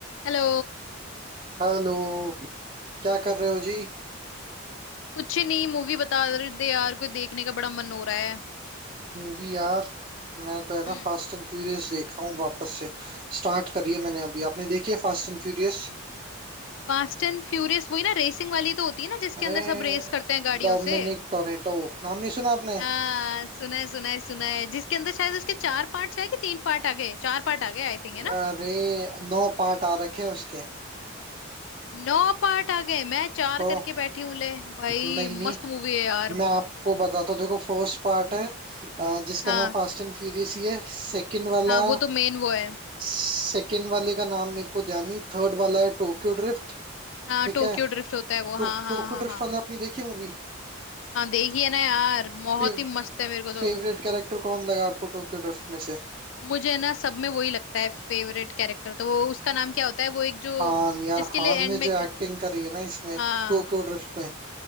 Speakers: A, on the left; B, on the right.
A: Hello
B: हेलो क्या कर रहे हो जी
A: कुछ नहीं movie बता रहे थे यार कोई देखने का बड़ा मन हो रहा है
B: मूवी यार मैं तो है ना
A: हम्म
B: फास्ट एंड फ्यूरियस देख रहा हूँ वापस से स्टार्ट करी है मैंने अभी आपने देखी है फास्ट एंड फ्यूरियस
A: फास्ट एंड फ्यूरियस वही ना रेसिंग वाली तो होती है ना जिसके
B: अरे
A: अंदर सब रेस करते हैं गाड़ियों
B: डोमिनिक
A: से
B: टोरेटो नाम नहीं सुना आपने
A: हाँ सुना है सुना है सुना है जिसके अंदर शायद उसके चार पार्ट्स है कि तीन पार्ट आ गए चार पार्ट आ गए आई थिंक है ना
B: अरे नौ पार्ट आ रखे हैं उसके
A: नौ पार्ट आ गए मैं चार
B: तो
A: करके बैठी हूँ ले भाई
B: नहीं नहीं
A: मस्त मूवी है यार
B: मैं
A: वो
B: आपको बताता हूँ देखो फर्स्ट पार्ट है अ, जिसका
A: हाँ
B: नाम फास्ट एंड फ्यूरियस ही है सेकंड वाला
A: हाँ वो तो मेन वो है
B: सेकंड वाले का नाम मेरे को ध्यान नहीं थर्ड वाला है टोक्यो ड्रिफ्ट
A: हाँ
B: ठीक
A: टोक्यो
B: है
A: ड्रिफ्ट होता है वो
B: टो,
A: हाँ हाँ
B: टोक्यो
A: हाँ
B: ड्रिफ्ट
A: हाँ
B: वाले आपने देखी मूवी
A: हाँ देखिए ना यार बहुत
B: फेव,
A: ही मस्त है मेरे को
B: फेवरेट
A: तो
B: कैरेक्टर कौन लगा आपको टोक्यो ड्रिफ्ट में से
A: मुझे ना सब में वही लगता है फेवरेट कैरेक्टर तो वो उसका नाम क्या होता है वो एक जो
B: हान यार
A: जिसके
B: हान
A: लिए एंड
B: ने
A: में
B: जो
A: ग-
B: एक्टिंग करी है ना इसमें
A: हाँ
B: टोक्यो ड्रिफ्ट में